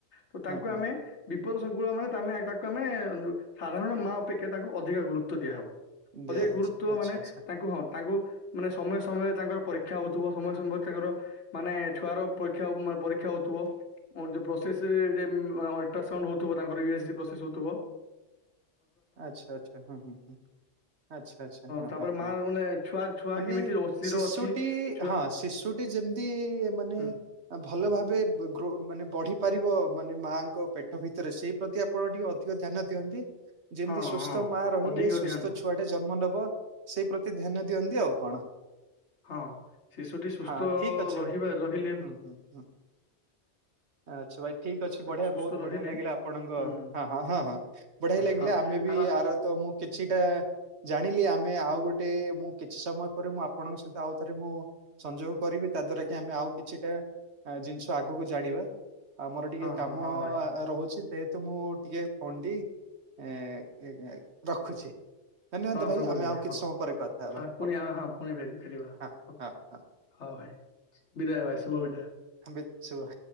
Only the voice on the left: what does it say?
ତ
ତାଙ୍କୁ
ଆମେ ବିପଦ ସଂକୁ <unintelligible> ତାକୁ ଆମେ ସାଧାରଣ ମା ଅପେକ୍ଷା ତାଙ୍କୁ ଅଧିକା ଗୁରୁତ୍ୱ ଦିଆହବ।
ଅଧିକ ଗୁରୁତ୍ବ
ମାନେ
ତାଙ୍କୁ ହଁ ତାଙ୍କୁ ମାନେ ସମୟେ ସମୟେ ତାଙ୍କର ପରୀକ୍ଷା ହଉଥିବ। ସମୟ ସମୟରେ ତାଙ୍କର ମାନେ ଛୁଆର ପରୀକ୍ଷା- ପରୀକ୍ଷା ହଉଥିବ। ପ୍ରୋସେସ ଦେନ ଅଲଟ୍ରାସାଉଣ୍ଡ ହୋଉଥିବ ତାଙ୍କର। ଇ ଏସ ଜି ପ୍ରସେସ ହୋଉଥିବ।
ତାପରେ
ମା
ମାନେ ଛୁଆ ଛୁଆ
କେମିତି ର- ସ୍ଥିର
ଅଛି ଛୁଆ
ହୁଁ,
ହଁ
ହଁ
ଅଧିକ
ଧ୍ୟାନ
ହଁ ଶିଶୁଟି ସୁସ୍ଥ
ରହିବା,
ରହିଲେ
ସେ
ସୁସ୍ଥ
ରହିଲେ
ହୁଁ
ହଁ
ଆମ-
ହଁ ହଁ
ହଁ ଭାଇ
ସମାପ୍ତ
କରୁଛନ୍ତି
ହଁ
ଆମେ ପୁଣି
ଆମେ ହଁ ପୁଣି ଫେରି ଫେରିବା
ଓକେ
ହଁ ଭାଇ ବିଦାୟ ଭାଇ, ଶୁଭ ବିଦାୟ।